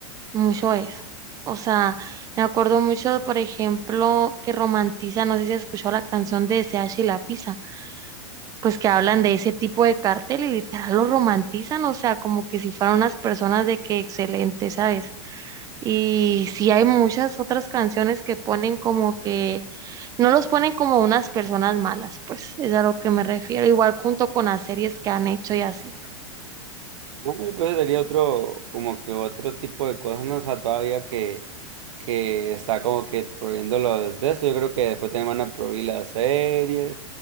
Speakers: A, on the right (about 20°); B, on the right (about 75°).
A: mucho eso. O sea, me acuerdo mucho, por ejemplo, que romantiza, no sé si has escuchado la canción de SH y la Pizza. pues que hablan de ese tipo de cartel y literal lo romantizan, o sea, como que si fueran unas personas de que excelente, ¿sabes? Y sí hay muchas otras canciones que ponen como que no los ponen como unas personas malas, pues es a lo que me refiero, igual junto con las series que han hecho y así.
B: Bueno, pues sería otro, como que otro tipo de cosas, ¿no? O sea, todavía que, que está como que prohibiendo los de esto. Yo creo que después también van a prohibir las series.